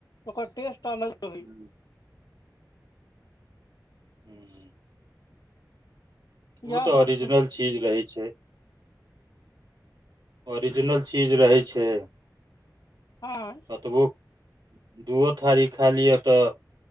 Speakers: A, on the left (about 65°); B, on the right (about 85°).
A: ओकर टेस्ट अलग रहै
B: हूँ हूँ
A: इएह
B: उ तऽ
A: सब
B: ओरिजिनल
A: छै
B: चीज रहै छै ओरिजिनल चीज रहै छै
A: हँ
B: कतबो दुओ थारी खा लिअ तऽ